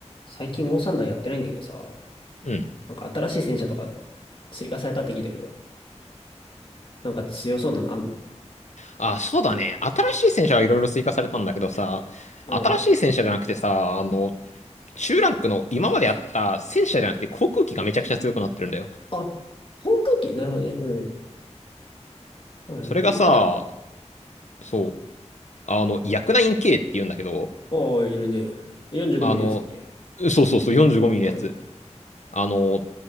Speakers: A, on the left (about 45°); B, on the left (about 75°).
A: 最近オーサンダーやってないんだけどさ、
B: うん。
A: なんか新しい戦車とか追加されたって聞いたけど、なんか強そうなのあんの
B: あ、そうだね。新しい戦車はいろいろ追加されたんだけどさ、
A: うん。
B: 新しい戦車じゃなくてさ、あの、中ランクの今まであった戦車じゃなくて航空機がめちゃくちゃ強くなってるんだよ。
A: あ、航空機なるほどね。うん。はい。
B: それがさ、
A: 今まであった。
B: そう、あの、ヤクナイン K って言うんだけど、
A: ああ、いるね。45ミリのやつだっけ
B: あの、そうそうそう、45ミリのやつ。
A: うん。
B: あの、